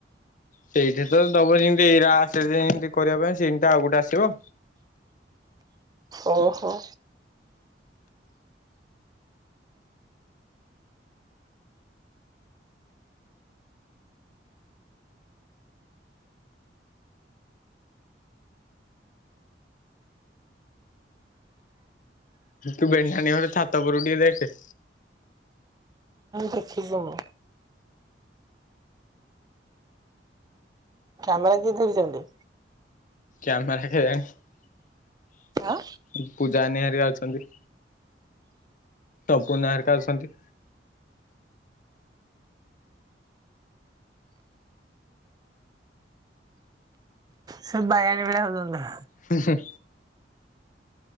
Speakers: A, on the left; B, on the right.
A: ସେଇଠି ତ ଦବ ଯେମିତି ଇରା ଆସେ ଯେମିତି କରିବା ପାଇଁ ସେମିତି ଆଉ ଗୋଟେ ଆସିବ।
B: ଓ ହୋ!
A: ତୁ ବେନକାନୀ ଘର ଛାତ ଉପୁରୁ ଟିକେ ଦେଖେ?
B: ଦେଖିଚି ମୁ କ୍ୟାମେରା କିଏ ଧରିଛନ୍ତି?
A: କ୍ୟାମରା କେଜାଣି
B: ଆଁ
A: ପୂଜା ନାନି ହେରା ଅଛନ୍ତି। ତପୁନା ହେରିକା ଅଛନ୍ତି।
B: ସେ ବାଇଆଣୀ ଭଳିଆ ହଉଚନ୍ତି।
A: ହୁ ହୁଁ